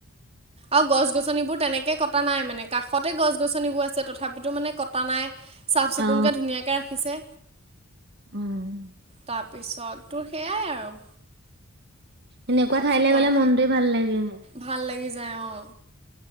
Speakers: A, on the right (about 30°); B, on the right (about 50°).
A: আৰু গছ গছনিবোৰ তেনেকে কটা নাই মানে কাষতে গছ গছনিবোৰ আছে তথাপিতো মানে কটা নাই। চাফ চিকুণকে
B: অ
A: ধুনীয়াকে ৰাখিছে।
B: অঁ'।
A: তাপিছত তোৰ সেয়াই আৰু।
B: এনেকুৱা
A: তাৰপিছত
B: ঠাইলে
A: ক'লে
B: গ'লে মনটোৱে ভাল লাগি আহে।
A: ভাল লাগি যায় অঁ।